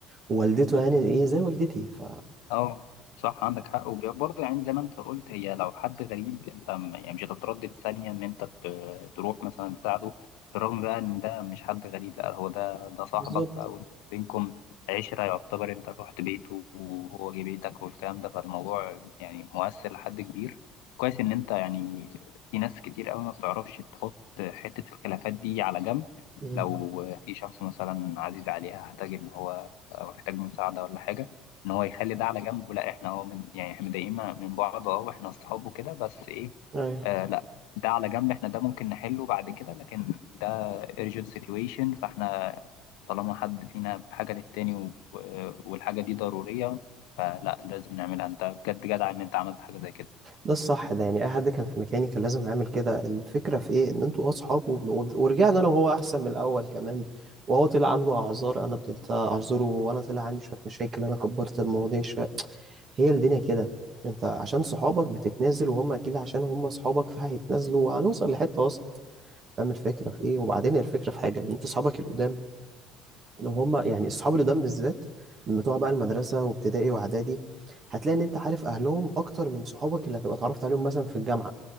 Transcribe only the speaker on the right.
ووالدته يعني ايه زي والدتي ف
بالظبط
مم.
ايوه
ده الصح ده يعني اي حد كان في مكاني كان لازم يعمل كده الفكره في ايه ان انتوا اصحاب وب- ورجعنا انا وهو احسن من الاول كمان وهو طلع عنده اعذار انا ابتديت اعذره وانا طلع عندي شويه مشاكل انا كبرت المواضيع شويه هي الدنيا كده انت عشان صحابك بتتنازل وهم اكيد عشان هم صحابك فهيتنازلوا وهنوصل لحته وسط فاهم الفكره في ايه وبعدين الفكره في حاجه ان انت صحابك القدام لو هم يعني الصحاب القدام بالذات من بتوع بقى المدرسه وابتدائي واعدادي هتلاقي ان انت عارف اهلهم اكتر من صحابك اللي هتبقى اتعرفت عليهم مثلا في الجامعه